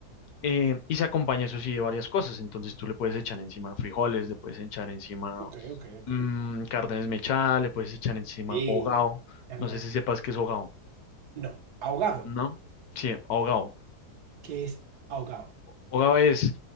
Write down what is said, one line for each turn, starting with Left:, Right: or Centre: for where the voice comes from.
Left: eh, y se acompaña, eso sí, de varias cosas. Entonces tú le puedes echar encima frijoles, le puedes echar encima
Right: ok, ok, ok.
Left: mm, carne desmechada, le puedes echar encima
Right: Y
Left: hogao.
Right: carne,
Left: No sé si sepas qué es hogao,
Right: no, ahogado,
Left: ¿no? Sí, hogao.
Right: que es ahogado,
Left: Hogao es